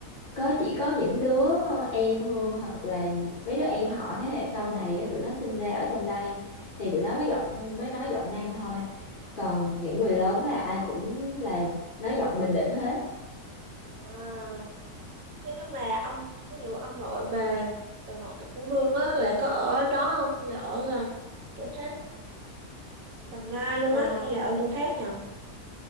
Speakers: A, on the left (about 45°); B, on the right (about 70°).
A: có chỉ có những đứa em Hương hoặc là mấy đứa em họ thế hệ sau này á, tụi nó sinh ra ở trong đây thì tụi nó mới giọng mới nói giọng Nam thôi. Còn những người lớn là ai cũng là nói giọng Bình Định hết.
B: À, thế nhưng mà ông ví dụ ông nội bà bà ngoại của Hương á là có ở đó không hay là ở là chỗ khác Đồng Nai luôn
A: Ờ,
B: á hay là ở chỗ khác nhỉ?